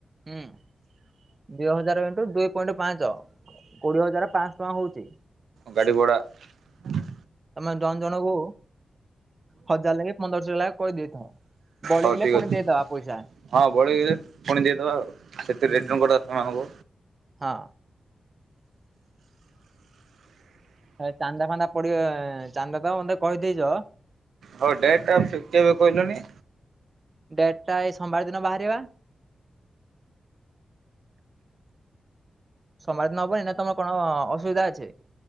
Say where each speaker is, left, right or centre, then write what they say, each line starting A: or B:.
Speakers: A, on the right (about 35°); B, on the right (about 85°).
A: ହୁଁ। ଦିଇ ହଜାର ଇଣ୍ଟୁ ଦୁଇ ପଏଣ୍ଟ ପାଞ୍ଚ କୋଡିଏ ହଜାର ପାଂଶ ଟଙ୍କା ହୋଉଚି।
B: ଗାଡି ଘୋଡ଼ା <inaudible> <unintelligible>
A: ତମେ ଜଣ ଜଣଙ୍କୁ ହଜାର ଲେଖେ ପନ୍ଦରଶହ ଲେଖା କରିଦେଇଥାଅ। ବଳିଗଲେ
B: ହୋଉ ଠିକ
A: ପୁଣି
B: ଅଛି।
A: ଦେଇଦବା ପଇସା
B: ହଁ ବଳେଇଦେ ପୁଣି ଯ ତ <unintelligible>
A: ହୁଁ
B: ମାନଙ୍କୁ
A: ହଁ। ଏ ଚାନ୍ଦା ଫାନ୍ଦା ପଡିବ ଚାନ୍ଦା ତ ମତେ କହିଦେଇଚ
B: ହୋଉ ଡେଟ୍ ଟା କେବେ କହିଲନି?
A: ଡେଟଟା ଏଇ ସୋମବାର ଦିନ ବାହାରିବା ସମମାଜ ନ ହବ ତମର କଣ ଅ ଅସୁବିଧା ଅଛି